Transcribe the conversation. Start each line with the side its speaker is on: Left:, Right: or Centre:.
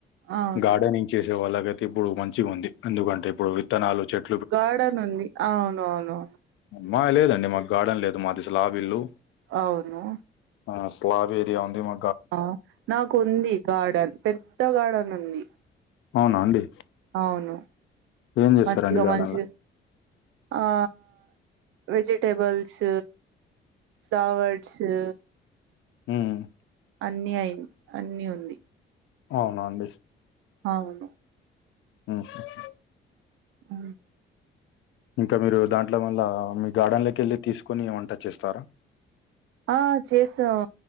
Right: అవును.
Left: గార్డెనింగ్ చేసే వాళ్ళకయితే ఇప్పుడు మంచిగా ఉంది ఎందుకంటే ఇప్పుడు విత్తనాలు చెట్టు
Right: గార్డెన్ ఉంది అవును అవును
Left: మాది లేదండి మాకు గార్డెన్ లేదు మాది స్లాబ్ ఇల్లు
Right: అవును.
Left: ఆ స్లాబ్ ఏరియా ఉంది మ
Right: ఆ నాకు ఉంది గార్డెన్ పెద్ద గార్డెన్ ఉంది
Left: అవునా అండి
Right: అవును
Left: ఏం చేస్తారండి
Right: మంచిగా
Left: గార్డెన్
Right: మంచి
Left: లో
Right: ఆ వెజిటబుల్స్ ఫ్లవర్సు
Left: హ్మ్
Right: అన్ని అయి అన్ని ఉంది
Left: అవునా అండి
Right: అవును
Left: ఉహు హు
Right: మ్మ్
Left: ఇంకా మీరు దాంట్లో మల్ల మీ గార్డెన్ లోకి వెళ్ళి తీసుకొని వంట చేస్తారా
Right: ఆ చేసాం